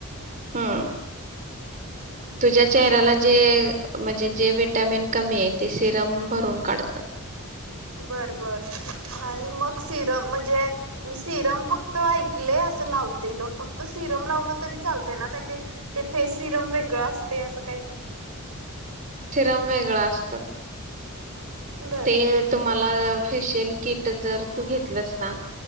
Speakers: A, on the right (about 40°); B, on the right (about 85°).
A: हुं तुझ्या चेहऱ्याला जे, म्हणजे जे विटॅमिन कमी आहे, ते सिरम भरून काढत
B: बर, बर आणि मग सिरम म्हणजे मी सिरम फक्त आइकलय असं लावतेल, फक्त सिरम लावल तरी चालत ना, का ते ते फेस सिरम वेगळं असते असं काही
A: थीरम वेगळ असत
B: बर
A: ते तुम्हा अ फेशियल किट जर तू घेतलंस ना